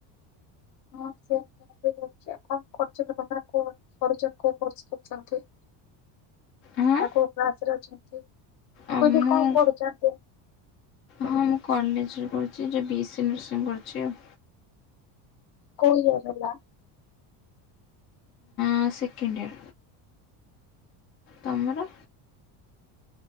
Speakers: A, on the left; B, on the left.
A: ହଁ ସେମେ <unintelligible> କଣ କରୁଚନ୍ତି କଣ <unintelligible> କୋଉ କୋର୍ସ କରୁଚନ୍ତି
B: ଆଁ
A: ନାଁ କୋଉ ବ୍ରାଞ୍ଚରେ ଅଛନ୍ତି। ମୁଁ
B: ଅ
A: କହିଲି
B: ମୁଁ
A: କଣ ପଢୁଛନ୍ତି?
B: ହଁ ମୁଁ କଲେଜରେ ପଡୁଛି ଯେ ବି ଏସ୍ ସ ନର୍ସିଂ କରୁଛି ଆଉ।
A: କୋଉ ୟର ହେଲା।
B: ହଁ ସେକେଣ୍ଡୟର। ତମର।